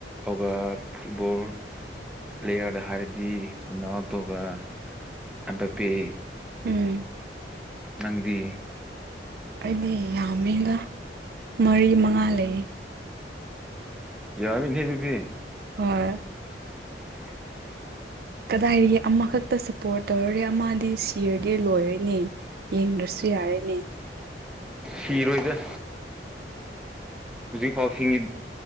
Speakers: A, in the centre; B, on the right.
A: ꯑꯣꯕ ꯐꯨꯠꯕꯜ ꯄ꯭ꯂꯦꯌꯔꯗ ꯍꯥꯏꯔꯗꯤ ꯎꯟ ꯑꯥꯎ ꯇꯒ ꯑꯕ ꯄꯦ
B: ꯎꯝ
A: ꯅꯪꯗꯤ
B: ꯑꯩꯗꯤ ꯌꯥꯝꯃꯦꯅ ꯃꯔꯤ ꯃꯉꯥ ꯂꯩꯌꯦ
A: ꯌꯥꯃꯤ ꯅꯨꯄꯤ
B: ꯍꯣꯏ
A: <unintelligible>
B: ꯀꯗꯥꯏꯗꯒꯤ ꯑꯃꯈꯛꯇ ꯁꯞꯄꯣꯔꯠ ꯇꯧꯔꯔꯦ ꯑꯃꯗꯤ ꯇꯤꯌꯔꯗꯤ ꯂꯣꯏꯔꯅꯦ ꯌꯦꯡꯗ꯭ꯔꯁꯨ ꯌꯥꯔꯅꯦ
A: ꯐꯤꯔ ꯑꯣꯏꯗ ꯍꯧꯖꯤꯛꯐꯥꯎ ꯁꯤꯡꯉꯤ